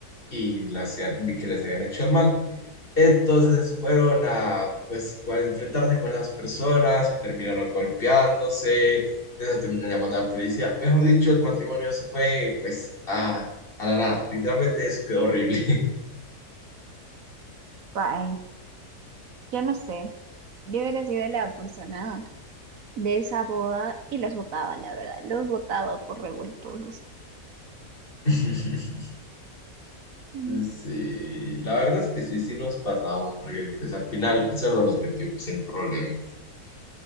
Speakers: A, on the left; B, on the right.
A: y las, que que les habían hecho el mal. Entonces fueron a, pues, a enfrentarse con esas personas o terminaron golpeándose, eso terminó llamando a la policía. Mejor dicho, el matrimonio se fue, pues, a, a la nada. Literalmente eso quedó horrible.
B: Vaya. Yo no sé. Yo hubiera sido la persona de esa boda y los votaba, la verdad. Los votaba por revoltosos.
A: <laughs>
B: Mm.
A: Sí, la verdad es que sí, sí nos pasamos, porque pues al final solo los metimos sin problema.